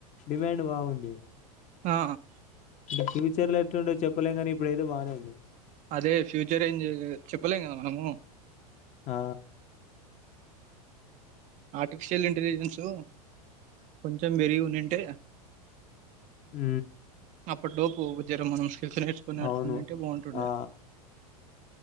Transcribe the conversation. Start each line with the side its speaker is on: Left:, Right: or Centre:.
Left: డిమాండ్ బాగుంది
Right: ఆ
Left: అంటే ఫ్యూచర్ లో ఎట్లా ఉండో చెప్పలే కానీ ఇప్పుడైతే బాగానే ఉంది
Right: అదే ఫ్యూచర్ ఏం చెప్పలేం కదా మనము
Left: ఆ
Right: ఆర్టిఫిషియల్ ఇంటెలిజెన్సు కొంచెం పెరిగి ఉండుంటే
Left: ఆ
Right: అప్పటి లోపు జర మనం స్కిల్స్ నేర్చుకుని అట్లుంటే
Left: అవును
Right: బాగుంటుండే
Left: ఆ